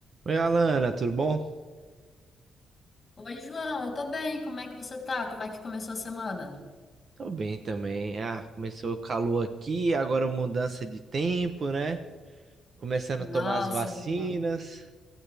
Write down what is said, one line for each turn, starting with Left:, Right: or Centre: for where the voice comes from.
Right: Oi, Alana, tudo bom?
Left: Oi, João, eu tô bem. Como é que você tá? Como é que começou a semana?
Right: Tô bem também. Ah, começou o calor aqui, agora mudança de tempo, né? Começando
Left: Nossa,
Right: a tomar as vacinas.
Left: João,